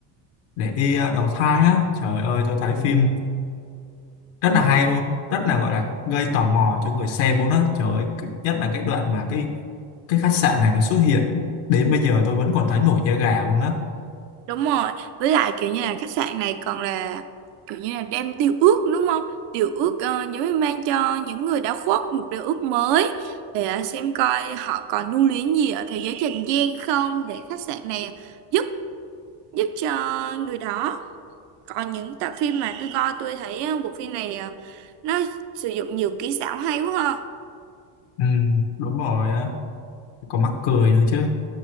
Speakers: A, on the left (about 80°); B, on the right (about 70°).
A: để đi ờ, đầu thai á trời ơi tôi thấy phim rất là hay luôn rất là gọi là gây tò mò cho người xem luôn á trời ơi cứ- nhất là cái đoạn mà cái cái khách sạn này nó xuất hiện đến bây giờ tôi vẫn còn thấy nổi da gà luôn á
B: Đúng rồi, với lại kiểu như là khách sạn này còn là kiểu như là đem điều ước đúng không? Điều ước ờ, giống như mang cho những người đã khuất một điều ước mới để ờ, xem coi họ còn lưu luyến gì ở thế giới trần gian không để khách sạn này giúp giúp cho người đó. Còn những tập phim mà tôi coi tôi thấy ờ, bộ phim này ờ, nó sử dụng nhiều kỹ xảo hay quá ha.
A: Ừ, đúng rồi á. còn mắc cười nữa chứ